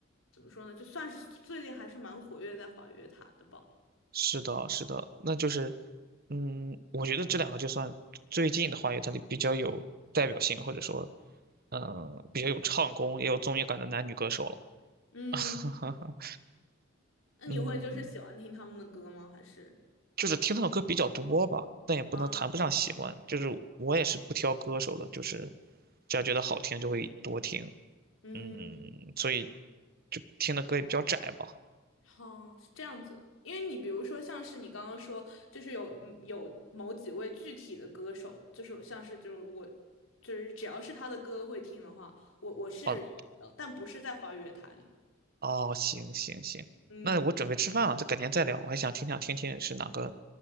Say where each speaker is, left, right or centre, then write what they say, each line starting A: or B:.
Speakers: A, on the left; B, on the right.
A: 怎么说呢，就算是最近还是蛮活跃在华语乐坛的吧。
B: 是的，是的，那就是，嗯，我觉得这两个就算最近的话，有它的比较有代表性，或者说，嗯、比较有唱功也有综艺感的男女歌手了。
A: 嗯，
B: <laughs>
A: 那你会就是喜欢听他们的歌吗？
B: 嗯。
A: 还是？
B: 就是听他的歌比较多吧，但也不能谈不上喜欢。
A: 嗯
B: 就是我也是不挑歌手的，就是只要觉得好听就会多听。
A: 嗯。
B: 嗯，所以就听的歌也比较窄吧。
A: 哦，是这样子。因为你比如说，像是你刚刚说，就是有嗯有某几位具体的歌手，就是像是就是我，就是只要是他的歌会听的话，我我是有的，
B: 哦
A: 但不是在华语乐坛里。
B: 哦，行行行，
A: 嗯
B: 那我准备吃饭了，就改天再聊。我还想听想听听是哪个